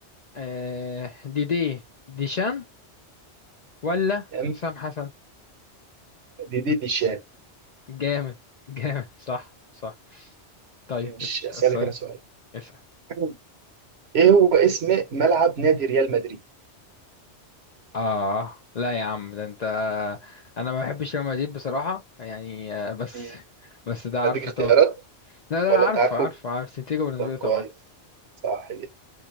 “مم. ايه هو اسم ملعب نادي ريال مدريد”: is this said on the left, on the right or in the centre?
Right